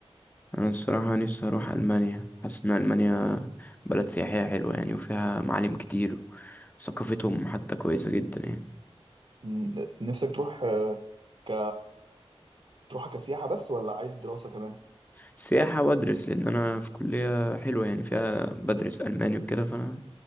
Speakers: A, on the left; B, on the right.
A: انا الصراحة نفسي اروح المانيا حاسس ان المانيا بلد سياحية حلوة يعني وفيها معالم كتير وثقافتهم حتى كويسة جدا يعني
B: مم، نفسك تروح آه، ك تروحها كسياحة بس ولا عايز دراسة كمان؟
A: سياحة وادرس لان انا في كلية حلوة يعني فيها بدرس الماني وكده فانا